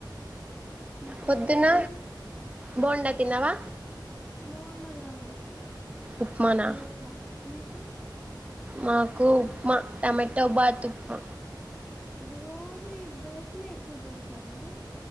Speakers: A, in the centre; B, on the right.
A: ఇంకేమి?
B: పొద్దున బోండా తినావా
A: బోండా కాదు
B: ఉప్మానా
A: దోస మీకు
B: మాకు ఉప్మా టమాటా బాత్ ఉప్మా
A: రోజు ఇక దోసలే కు ఎక్కువ చేస్తారు కదా